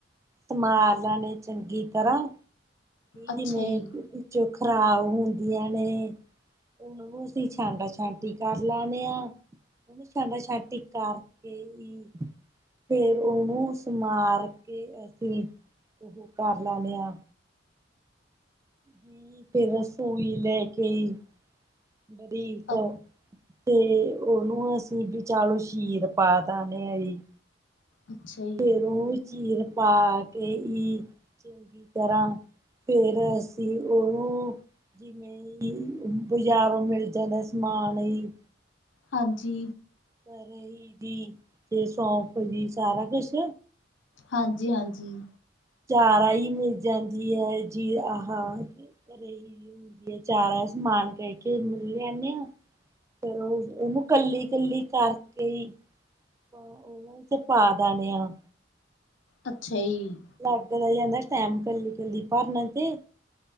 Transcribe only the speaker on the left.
ਅੱਛਾ
ਜੀ
ਅ
ਅੱਛਾ ਜੀ
ਹਾਂਜੀ
ਹਾਂਜੀ ਹਾਂਜੀ
ਅੱਛਾ ਜੀ